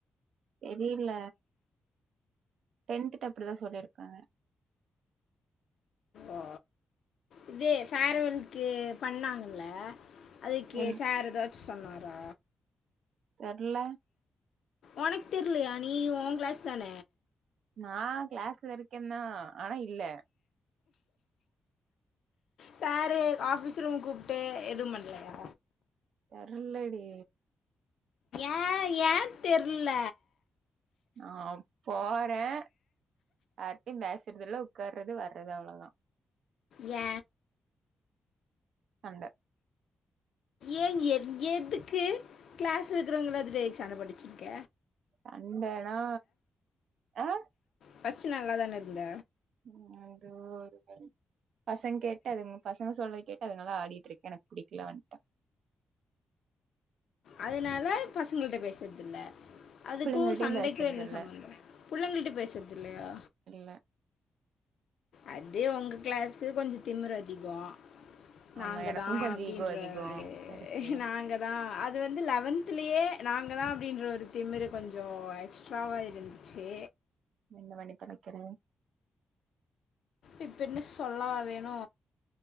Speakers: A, on the right; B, on the left.
A: தெரியில்ல டென்த்துட்ட அப்டிதா சொல்லிருக்காங்க
B: ஓ இது ஃபேரவல்க்கு பண்ணாங்கள்ல அதுக்கெ
A: என்
B: சார் எதாச்சு சொன்னாரா
A: தெர்ல
B: ஒனக் தெர்லியா நீ உ கிளாஸ் தான
A: நா கிளாஸ்ல இருக்கெந்தா ஆனா இல்ல
B: சாரு ஆஃபிஸ் ரூம் கூப்ட்டு எதும் பண்லயா
A: தெர்ல்லடி
B: ஏ ஏந் தெர்ல
A: ஆ போ வே யார்டியு பேசுறதில்ல உக்கார்றது வர்றது அவ்ளதா
B: ஏ
A: சண்ட
B: ஏன் என் எதுக்கு கிளாஸ்ல இருக்றவங் எல்லாத்துடியு எதுக் சண்ட போட்டு வெச்சிருக்க
A: சண்டனா எ
B: ஃபஸ்ட் நல்லாதான இருந்த
A: ம் அது ஒரு வலி பசங் கேட்டு அதுங் பசங்க சொல்றது கேட்டு அதுங்கல்லா‌ ஆடிட்ருக்கு எனக் புடிக்ல வந்ட்ட
B: அதனால பசங்கள்ட்ட பேசத்தில்ல அதுக்கு
A: பிள்ளைங்கள்ட்டயு
B: சண்டைக்கு
A: பேசுறது
B: என்ன
A: இல்ல
B: சம்பந்தம் புள்ளங்கிள்ட்ட பேசத்தில்லையா
A: வெ
B: அது ஒங்க க்ளாஸ்க்கு கொஞ்ச திமுரு அதிகோ நாங்கதா
A: ஆமா எனக்கு கொஞ்சோ
B: அப்டின்ற
A: ஈகோ அதிகோ
B: ஒரு
A: இருக்கு
B: நாங்கதா அ து வந்து லவன்திலியே நாங்கதா அப்டின்ற ஒரு திமிரு கொஞ்சோ எக்ஸ்ட்ராவா இருந்திச்சி
A: இந்த <unintelligible> ‌ வெக்கறே
B: இப்பென்ன சொல்லவா வேணு